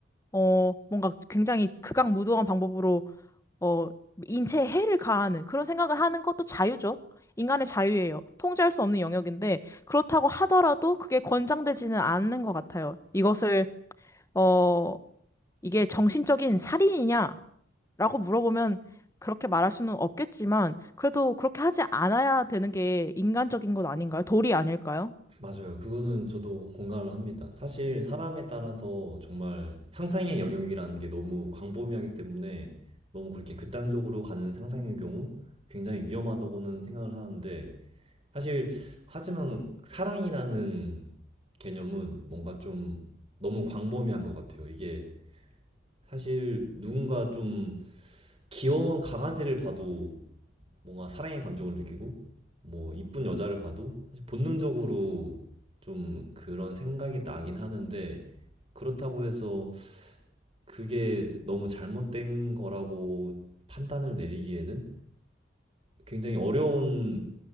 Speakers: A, on the left; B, on the right.
A: 어, 뭔가 굉장히 극악무도한 방법으로, 어, 인체에 해를 가하는 그런 생각을 하는 것도 자유죠. 인간의 자유예요. 통제할 수 없는 영역인데, 그렇다고 하더라도 그게 권장되지는 않는 것 같아요. 이것을, 어, 이게 정신적인 살인이냐라고 물어보면 그렇게 말할 수는 없겠지만, 그래도 그렇게 하지 않아야 되는 게 인간적인 것 아닌가요? 도리 아닐까요?
B: 맞아요. 그거는 저도 공감을 합니다. 사실 사람에 따라서 정말 상상의 영역이라는 게 너무 광범위하기 때문에 너무 그렇게 극단적으로 가는 상상의 경우 굉장히 위험하다고는 생각을 하는데 사실 하지만 사랑이라는 개념은 뭔가 좀 너무 광범위한 것 같아요. 이게 사실 누군가 좀 귀여운 강아지를 봐도 뭔가 사랑의 감정을 느끼고 뭐 이쁜 여자를 봐도 사실 본능적으로 좀 그런 생각이 나긴 하는데 그렇다고 해서 그게 너무 잘못된 거라고 판단을 내리기에는 굉장히 어려운